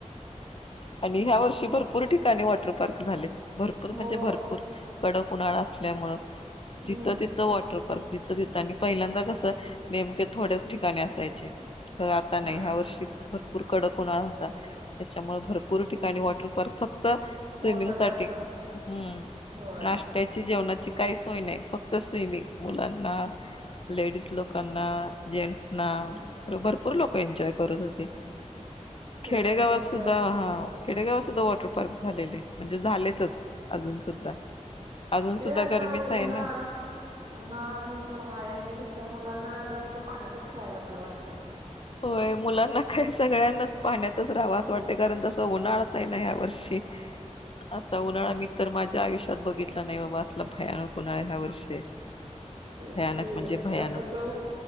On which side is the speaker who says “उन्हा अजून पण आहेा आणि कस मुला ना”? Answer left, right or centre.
Right